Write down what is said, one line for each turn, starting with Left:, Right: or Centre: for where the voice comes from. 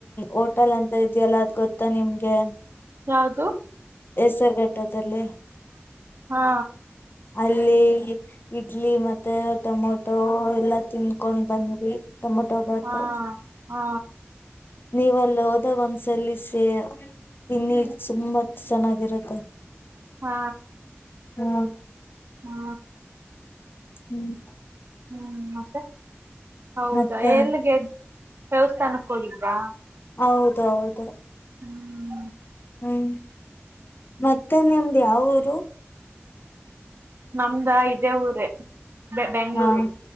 Left: ಹೋಟೆಲ್ ಅಂತ ಇದೆಯಲ್ಲ ಅದ್ ಗೊತ್ತಾ ನಿಮ್ಗೆ
Right: ಯಾವುದು
Left: ಹೆಸರುರ್ಘಟ್ಟದು ದಲ್ಲೇ
Right: ಹಾ
Left: ಅಲ್ಲಿ ಇಡ್ಲಿ ಮತ್ತೆ ಟೊಮೊಟೊ ಎಲ್ಲಾ ತಿನ್ಕೊಂಡ್ ಬಂದ್ವಿ ಟಮೋಟೋಬಾತ್
Right: ಹಾ ಹಾ
Left: <inaudible>
Right: ಹಾ
Left: ಹ್ಮ
Right: ಹಾ
Left: ಹ್ಮ್
Right: ಹ್ಮ್ ಮತ್ತೆ ಹೌದಾ
Left: ಮತ್ತೆ
Right: ಎಲ್ಲಿಗೆದ ದೇವಸ್ಥಾನಕ್ಕೆ ಹೋಗಿದ್ರಾ
Left: ಹೌದೌದು
Right: ಹ್ಮ್
Left: ಹ್ಮ್ ಮತ್ತೆ ನಿಮ್ದ್ ಯಾವ ಊರು
Right: ನಮ್ದಾ ಇದೇ ಊರೇ ಬೆ ಬೆಂಗಗಳೂರು
Left: ಹಾ